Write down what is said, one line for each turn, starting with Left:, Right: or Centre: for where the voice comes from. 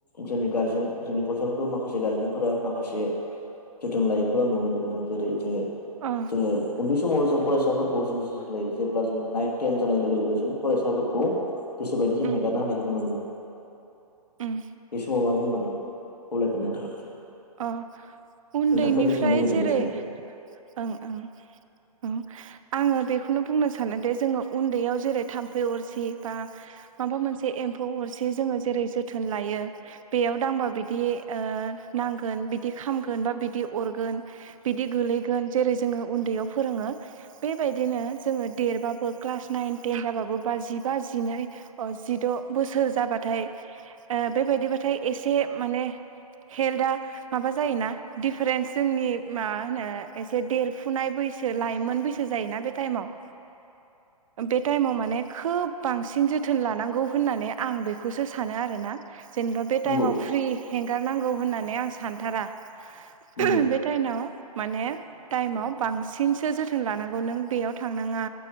Left: जोंनि गारजेन जोंनि फरायसाफोरखौ माखासे गारजेनफोरा माखासे जोथोन लायैखौ आं नुनो मोनदों जेरै जोङो
Right: अ
Left: जोङो उन्दै समावल' जों फरायसाफोरखौ जों जोथोन लायो जेब्ला जोङो नाइन थेन जानाय लोगो लोगो जों फरायसाफोरखौ गोसोबायदि जों
Right: उम
Left: हगारना होनायखौ नुनो मोनदों
Right: उम
Left: बे समाव मा बुंगोन खावलायगोन नोंथाङा
Right: अ उन्दैनिफ्राय
Left: नोंथाङाबो मिथिनो लुबैदों
Right: जेरै
Left: बे समाव
Right: ओं ओं ओं आङो बेखौनो बुंनो सानोदिे जोङो उन्दैयाव जेरै थाम्फै अरसि बा माबा मोनसे जे एम्फौ अरसे जोङो जेरै जोथोन लायो बेयाव दांबा बिदि ओ नांगोन बिदि खामगोन बा बिदि अरगोन बिदि गोलैगोन जेरै जोङो उन्दैयाव फोरोङो बेबायदिनो जोङो देरबाबो क्लास नाइन टेन जाबाबो बा जिबा जिनै अ जिद बोसोर जाबाथाय ओ बेबायदिबाथाय एसे माने हेल्था माबा जायोना दिडिफारेन्स जोंनि मा होनो एसे देर फुनाय बैसो लाइमोन बैसो जायोना बे टाइमाव बे टाइमाव माने खोब बांसिन जोथोन लानांगौ होननानै आं बेखौसो सानो आरोना जेनेबा बे टाइमाव
Left: नंगौ
Right: फ्रि हेंगारनांगौ होननानै आं सानथारा।
Left: नंगौ
Right: उम बे टाइनाव माने टाइमाव बांसिनसो जोथोन लानांगौ नों बेयाव थांनाङा